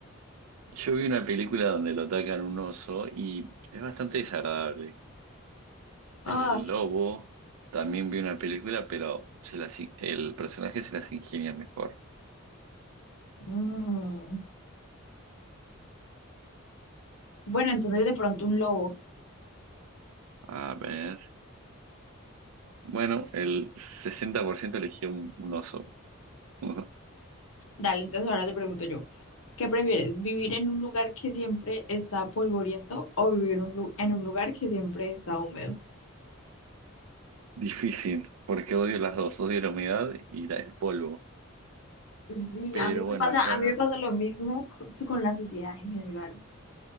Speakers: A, on the right (about 85°); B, on the left (about 70°).
A: Yo vi una película donde lo atacan un oso y es bastante desagradable.
B: Ah,
A: El lobo también vi una película, pero se las in- el personaje se las ingenia mejor.
B: mm. Bueno, entonces de pronto un lobo.
A: A ver. Bueno, el 60% eligió un, un oso. <laughs>
B: Dale, entonces ahora te pregunto yo, ¿qué prefieres? ¿Vivir en un lugar que siempre está polvoriento o vivir en un lu- en un lugar que siempre está húmedo?
A: Difícil, porque odio las dos, odio la humedad y la, el polvo.
B: Sí,
A: Pero
B: a mí me
A: bueno,
B: pasa,
A: acá,
B: a mí me pasa lo mismo c- con la sociedad en general.